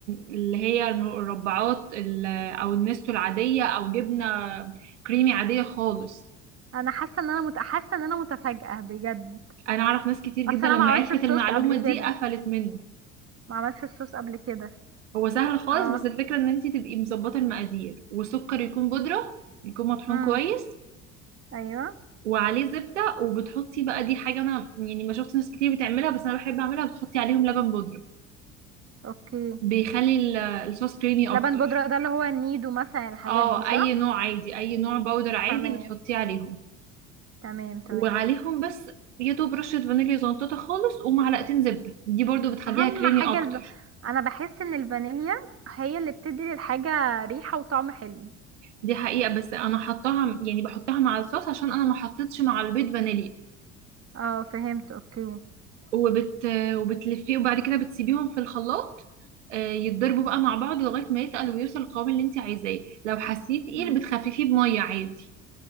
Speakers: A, on the right (about 80°); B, on the right (about 40°).
A: اللي هي المربعات ال- او النستو العادية او جبنة كريمي عادية خالص
B: انا حاسه ان انا مت... حاسه ان انا متفاجئه بجد
A: انا اعرف ناس كتير جدا
B: اصل انا
A: لما
B: ما عملتش
A: عرفت
B: الصوص
A: المعلومة
B: قبل كده
A: دي قفلت منه
B: ما عملتش الصوص قبل كده
A: هو سهل خالص
B: اه
A: بس الفكرة ان انت تبقي مظبطة المقادير وسكر يكون بودرة يكون مطحون
B: امم
A: كويس
B: ايوه
A: وعليه زبدة وبتحطي بقى دي حاجة انا يعني ما شفت ناس كتير بتعملها بس انا بحب اعملها بتحطي عليهم لبن بودرة
B: اوكي
A: بيخلي ال- الصوص كريمي اكتر
B: لبن بودرة ده اللي هو النيدو مثلا الحاجات
A: اه
B: دي صح
A: اي نوع عادي اي نوع باودر عادي
B: تمام
A: بتحطيه عليهم
B: تمام تمام
A: وعليهم بس يا دوب رشة فانيليا زنطتها خالص ومعلقتين زبدة دي برضو بتخليها
B: اهم
A: كريمي
B: حاجة
A: اكتر
B: الب... انا بحس ان الفانيليا هي اللي بتدي للحاجة ريحة وطعم حلو
A: دي حقيقة بس انا حطاها يعني بحطها مع الصوص عشان انا ما حطيتش مع البيض فانيليا
B: اه فهمت اوكي
A: وبت وبتلفيه وبعد كده بتسيبيهم في الخلاط آه، يتضربوا بقى مع بعض لغاية ما يتقل ويوصل القوام اللي انت عايزاه لو حسيتيه تقيل
B: مم.
A: بتخففيه بمية عادي